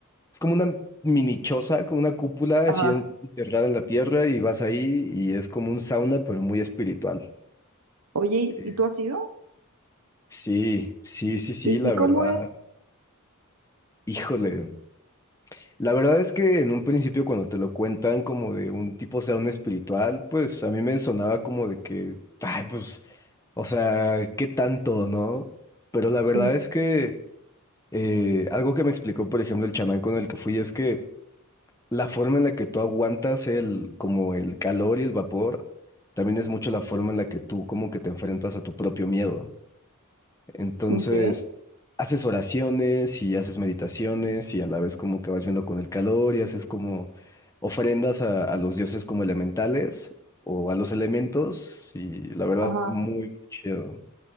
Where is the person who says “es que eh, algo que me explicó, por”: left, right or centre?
Left